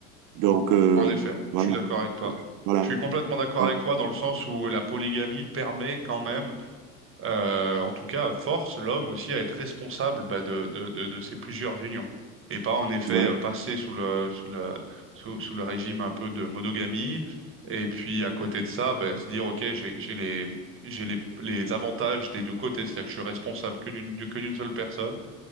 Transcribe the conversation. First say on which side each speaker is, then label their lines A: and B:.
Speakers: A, on the right; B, on the right.
A: Donc
B: Non.
A: euh,
B: En effet,
A: voilà,
B: je suis d'accord avec toi.
A: voilà.
B: Je suis complètement d'accord
A: Donc,
B: avec toi dans le sens où la polygamie permet quand même euh, en tout cas, force l'homme aussi à être responsable bah, de, de, de, de ces plusieurs unions et pas en effet
A: ouais,
B: euh, passer sous le, sous le, sous, sous le régime un peu de monogamie et puis à côté de ça, bah, se dire, OK, j'ai, j'ai les, j'ai les, les avantages des deux côtés, c'est-à-dire que je suis responsable que d'une, du- que d'une seule personne